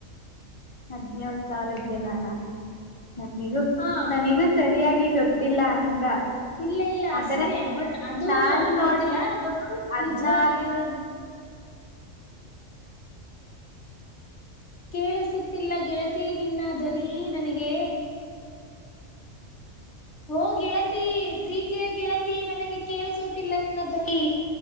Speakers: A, on the left; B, on the left.
A: ಹದ್ನಳ್ ಸಾವಿರ ಜನಾನ ನನಗೂ
B: ಹಾ
A: ನನಿಗೂ ಸರಿಯಾಗಿ ಗೊತ್ತಿಲ್ಲ ಅಕ
B: ಇಲ್ಲ ಇಲ್ಲ
A: ಆದ್ರ
B: ಅಷ್ಟೇ ಬಟ್ ಅದು
A: ನಾನು
B: ಗೊತ್ತಿಲ್ಲ
A: ನೋಡಿದು ಹದ್ನಾರು
B: ನಿಜವಾಗ್ಲಿ ಇರೋದು ಕೇಳಿಸುತ್ತಿಲ್ಲ ಗೆಳತಿ ನಿನ್ನ ಧ್ವನಿ ನನಗೆ ಓ ಗೆಳತಿ ಪ್ರೀತಿಯ ಗೆಳತಿ ನನಗೆ ಕೇಳಸೋತಿಲ್ಲ ನಿನ್ನ ಧ್ವನಿ